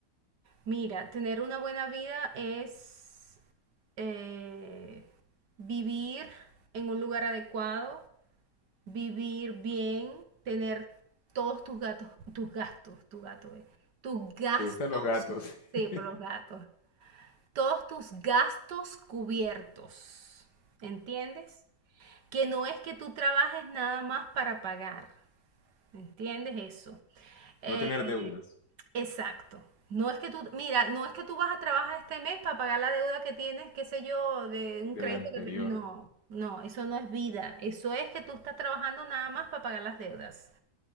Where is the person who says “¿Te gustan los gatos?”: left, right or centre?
Left